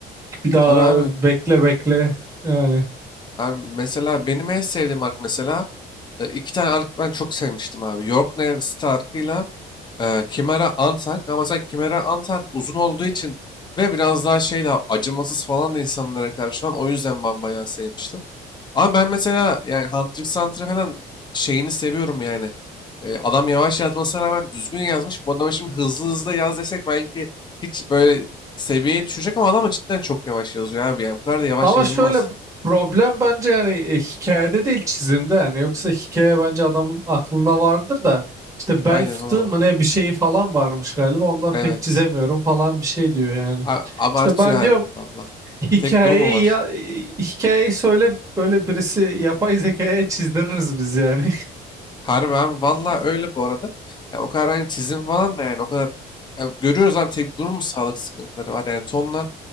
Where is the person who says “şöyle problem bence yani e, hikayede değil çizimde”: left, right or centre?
Right